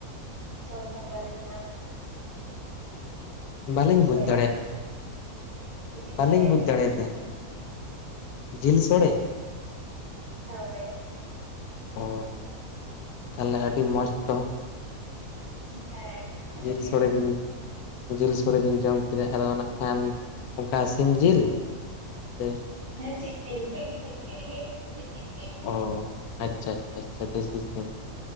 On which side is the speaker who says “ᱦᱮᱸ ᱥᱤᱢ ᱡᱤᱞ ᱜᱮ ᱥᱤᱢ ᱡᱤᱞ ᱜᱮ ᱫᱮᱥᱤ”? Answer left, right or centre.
Right